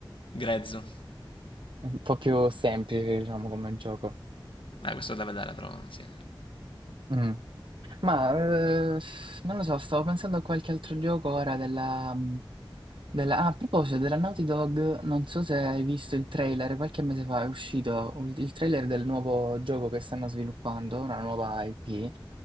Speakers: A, on the left; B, on the right.
A: grezzo.
B: è un po' più semplice, diciamo, come gioco.
A: Beh, questo è da vedere, però, sì.
B: Mm. Ma eh, non lo so, stavo pensando a qualche altro gioco ora della, mm, della- ah, a proposito della Naughty Dog, non so se hai visto il trailer, qualche mese fa è uscito il il trailer del nuovo gioco che stanno sviluppando, una nuova IP,